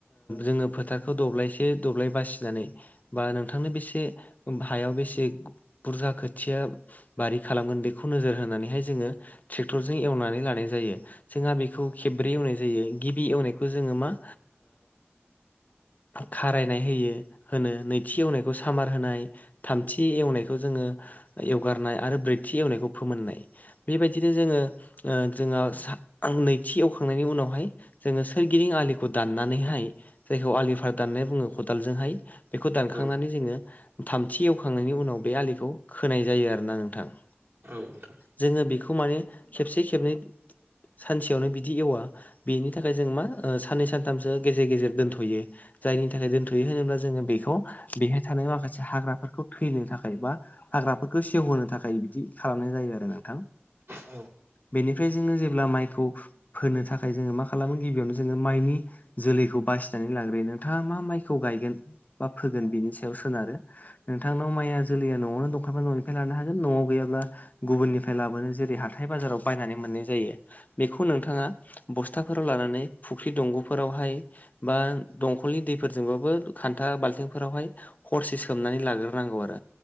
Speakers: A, on the left; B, on the right.
A: जोङो फोथारखौ दब्लायसे दब्लाय बासिनानै बा नोंथांनो बेसे हायाव बेसे बुरजा खोथिया बारि खालामगोन बेखौ नोजोर होनानैहाय जोङो ट्रेक्टरजों एवनानै लानाय जायो जोंहा बेखौ खेब्रै एवनाय जायो गिबि एवनायखौ जोङो मा खारायनाय होयो होनो नैथि एवनायखौ सामार होनाय थामथि एवनायखौ जोङो एवगारनाय आरो ब्रैथि एवनायखौ फोमोननाय बेबायदिनो जोङो ओ जोंहा नैथि एवखांनायनि उनावहाय जोङो सोरगिदिं आलिखौ दान्नानैहाय जायखौ आलि भार दाननानै बुङो खदालजोंहाय बेखौ दानखांनानै
B: औ
A: जोङो थामथि एवखांनायनि उनाव बे आलिखौ खोनाय जायो आरोना नोंथां
B: औ नोंथां।
A: जोङो बेखौ माने खेबसे खेबनै सानसेयावनो बिदि एवा बेनि थाखाय जों मा साननै सानथामसो गेजेर गेजेर दोनथ'यो। जायनि थाखाय दोनथ'यो होनोब्ला जोङो बेखौ बेहाय थानाय माखासे हाग्राफोरखौ थैनो थाखाय बा हाग्राफोरखौ सेवहोनो थाखाय बिदि खालामनाय जायो आरो नोंथां।
B: औ।
A: बेनिफ्राय जोङो जेब्ला माइखौ फोनो थाखाय जोङो माखासे खालामो गिबियावनो जोङो माइनि जोलैखौ बासिनानै लाग्रोयो नोंथाङा मा माइखौ गायगोन। बा फोगोन बिनि सायाव सोनारो नोंथांनाव माइया जोलैया न'आवनो दंखांबा न'निफ्राय लानो हागोन न'आव गैयाब्ला गुबुननिफ्राय लाबोनो जेरै हाथाय बाजाराव बायनानै मोननाय जायो बेखौ नोंथाङा बस्थु फोथाफोराव लानानै फुख्रि दंग'फोरावहाय बा दंखलनि दैफोरजोंबाबो खान्था बाल्थिंफोरावहाय हरसे सोमनानै लाग्रोनांगौ आरो